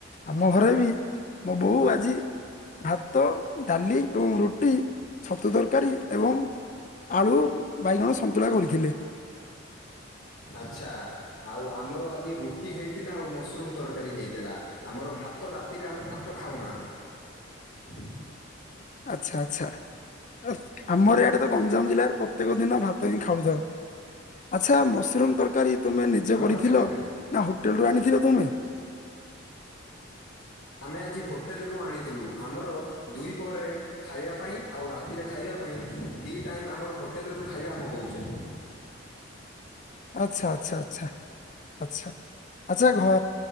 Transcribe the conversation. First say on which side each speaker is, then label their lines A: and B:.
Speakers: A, on the left; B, on the left.
A: ଆମ ଘରେ ବି ମୋ ବୋଉ ଆଜି ଭାତ ଡାଲି ଏବଂ ରୁଟି ଛତୁ ତରକାରୀ ଏବଂ ଆଳୁ ବାଇଗଣ ସନ୍ତୁଳା କରିଥିଲେ।
B: ଆଚ୍ଛା ଆଉ ଆମର ଆଜି ରୁଟି ହେଇ ଥିଲା ଆଉ ମସରୁମ୍ ତରକାରୀ ହେଇଥିଲା ଆମର ଭାତ ରାତିରେ ଆମେ ଭାତ ଖାଉନା। <inaudible>
A: ଆଚ୍ଛା ଆଚ୍ଛା ଅ ଆମର ଏଇଆଡେ ତ ଗଞ୍ଜାମ୍ ଜିଲ୍ଲାରେ ପ ପ୍ରତ୍ୟେକ ଦିନ ଭାତ ହିଁ ଖାଉଥାଉ। ଆଚ୍ଛା ମସରୁମ୍ ତରକାରୀ ତମେ ନିଜେ
B: ଆମର
A: କରିଥିଲ?
B: ଖାଲି
A: ନା ହୋଟେଲରୁ ଆଣିଥିଲ ତୁମେ?
B: ଆମେ ଆଜି ହୋଟେଲେରୁ ଆଣିଥିଲୁ ଆମର ଦୁଇ ପରେ ଖାଇବା ପାଇଁ ଆଉ ରାତିରେ ଖାଇବା ପାଇଁ ଦୁଇ ଟାଇମ୍ ଆମର ହୋଟେଲରୁ ଖାଇବା ଆମେ ମଗଉଛେ।
A: ଆଚ୍ଛା ଆଚ୍ଛା ଆଚ୍ଛା ଆଛା ଆଚ୍ଛା ଘ